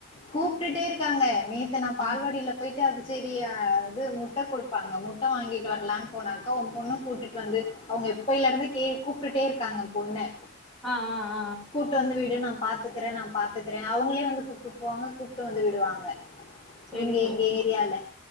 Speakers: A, on the left; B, in the centre.
A: கூப்டுட்டே இருக்காங்க நேத்து நா பால்வாடில
B: ஆ
A: போய்ட்டா அது சரி அ இது முட்ட குடுப்பாங்க முட்ட வாங்கிட்டு வரலான் போனாக்கா ஒம் பொண்ண கூட்டிட் வந்து அவுங்க எப்பலே இருந்தே கே கூப்டுட்டே இருக்காங்க எம் பொண்ண
B: அ அ அ
A: கூட்டு வந்து விடு நா பாத்துக்றே நா பாத்க்றே அவுங்களே வந்து கூ ட்டு போவாங்க கூப்ட்டு வந்து விடுவாங்க
B: சரி
A: இங்க
B: தோழி
A: எங்க ஏரியால